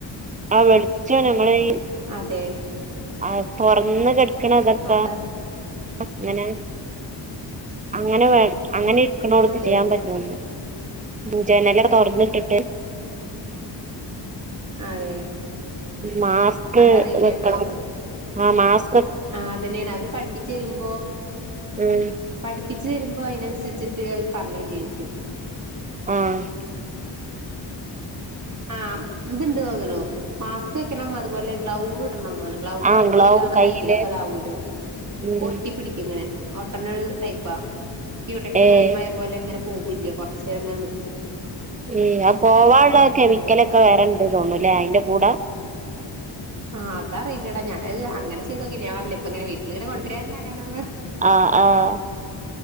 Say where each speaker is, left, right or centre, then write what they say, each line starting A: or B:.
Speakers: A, on the right; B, on the right.
A: ആ വെളിച്ച നഞമ്മളെ ഈ
B: അതെ
A: ആ പൊറന്ന് കെ ക്കണ തക്ക
B: അതറി
A: അങ്ങനെ അങ്ങനെ വേ അങ്ങനെ ഇരിക്കുന്നോടുത്ത്
B: അതെ
A: ചെയ്യാൻ പറ്റോ പൂജ നല്ലട തുറന്നട്ടിട്ട്
B: അതെ
A: മാസ്ക്
B: അതറിയില്ലട്ടോ
A: വെക്കണം. ആ മാസ്
B: ആഹ്, അതന്നെണ്. അവര് പഠിപ്പിച്ചരുമ്പോ
A: ഉം
B: പഠിപ്പ ഇജ് വരുമ്പോ അതിനനുസരിച്ചിട്ട് അവര് പറഞ്ഞില്ലേക്കും.
A: ആഹ്
B: ആഹ് ഇത്ണ്ട് തോന്ന്ണു മാസ്ക് വെക്കണം അതുപോലെ ഗ്ലൗവ് തോന്നുന്നു ഗ്ലൗവ ആയിട്ടില്ലെങ്കിൽ <unintelligible>
A: ആഹ്
B: ഗ്ലാവ് ഇട്ടില്ലെങ്കിൽ
A: ഗ്ലൗ
B: നമ്മുടെ
A: കയ്യില്
B: കയ്യിലൊക്കെ ഇതാവകല്ലോ
A: ഉം
B: ഒട്ടി പിടിക്കും ഇങ്ങനെ ഒട്ട്നെ ടൈപ്പാ ക്യുടെക്സ്
A: ഏഹ്
B: കൈമായ പോലെ ഇങ്ങനെ പോവില്ല കുറച്ചേരങ്ങനെ നിക്കും.
A: ഏഹ്, അത് പോവാലെ
B: അങ്ങനെയൊക്കെ
A: കെമിക്കലൊക്കെ
B: ഉണ്ട്
A: വേറെണ്ട് തോന്നൂല്ലേ അതിന്റെ കൂടെ
B: ആഹ് അതറിയില്ലട ഞാനത് അങ്ങനെ ചെയ്തോക്കീലാ, ഞാൻ പറഞ്ഞില്ലേ ഇപ്പങ്ങനെ വീട്ടിലിങ്ങനെ കൊണ്ടരാ അങ്ങന്ന്
A: ആഹ് ആഹ്,